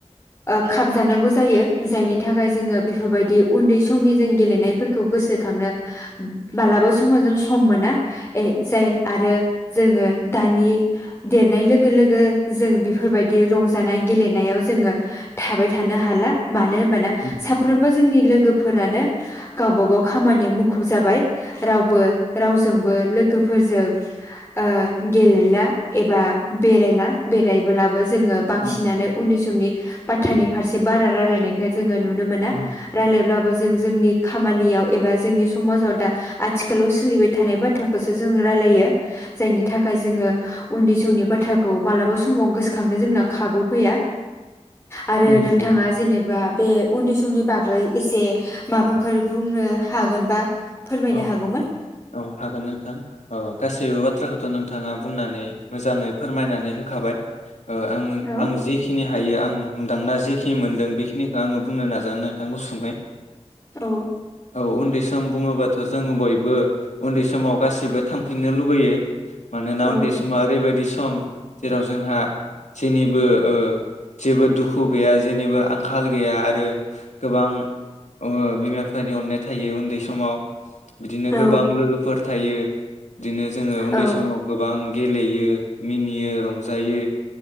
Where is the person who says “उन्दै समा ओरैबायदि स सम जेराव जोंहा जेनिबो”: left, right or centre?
Left